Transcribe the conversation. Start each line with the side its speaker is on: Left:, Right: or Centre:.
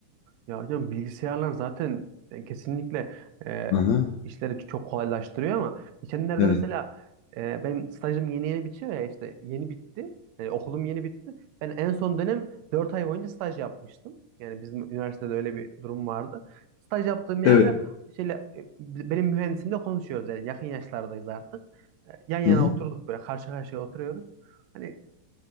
Right: Ya hocam bilgisayarlar zaten e, kesinlikle e,
Left: Aha,
Right: işleri çok kolaylaştırıyor ama geçenlerde
Left: evet.
Right: mesela e, benim stajım yeni yeni bitiyor ya işte yeni bitti. Yani okulum yeni bitti. Ben en son dönem 4 ay boyunca staj yapmıştım. Yani bizim üniversitede öyle bir durum vardı. Staj yaptığım yerde
Left: Evet.
Right: şöyle e, benim mühendisimle konuşuyoruz yani yakın yaşlardayız artık. E, yan yana
Left: Hı hı.
Right: oturduk böyle karşı karşıya oturuyoruz. Hani